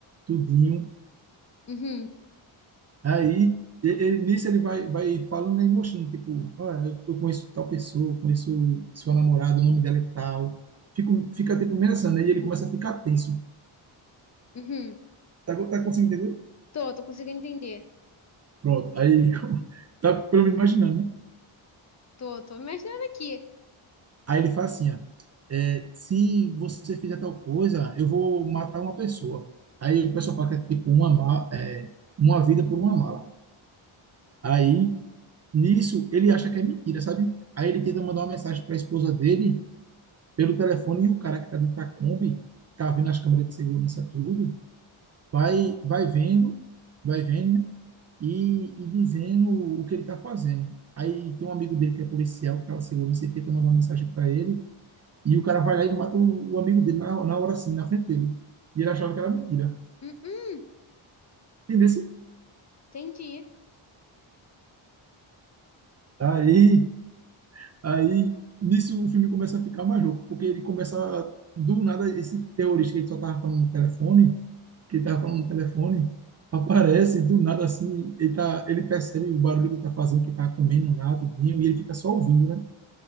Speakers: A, on the right; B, on the left.
A: tudinho.
B: uhum,
A: Aí, e- ele, nisso ele vai, vai falando né, e mostrando, tipo, olha, eu eu conheço tal pessoa, eu conheço sua namorada, o nome dela é tal. Fico, fica tipo, ameaçando, né? E ele começa a ficar tenso.
B: uhum.
A: Tá, tá conseguindo entender?
B: Tô, tô conseguindo entender.
A: Pronto. Aí, ele, <laughs> tá pelo menos imaginando, né?
B: Tô, tô imaginando aqui.
A: Aí ele fala assim, ó, é, se você fizer tal coisa, eu vou matar uma pessoa. Aí o pessoal fala que é tipo uma, ma- é, uma vida por uma mala. Aí, nisso, ele acha que é mentira, sabe? Aí ele tenta mandar uma mensagem para a esposa dele pelo telefone e o cara que tá dentro da Kombi, tá vendo as câmeras de segurança, tudo, vai, vai vendo, vai vendo, né? E, e dizendo o que ele está fazendo. Aí tem um amigo dele que é policial, que estava segurança, e tenta mandar uma mensagem para ele, e o cara vai lá e mata o, o amigo dele na, na hora assim, na frente dele. E ele achava que era mentira.
B: Hum, hum,
A: Entendeu?
B: entendi.
A: Aí, aí, nisso o filme começa a ficar mais louco, porque ele começa, a- do nada, esse terrorista que ele só tava falando no telefone, que tá falando no telefone, aparece do nada assim, ele, tá, ele percebe o barulho que tá fazendo, que tá comendo lá, tudinho, e ele fica só ouvindo, né?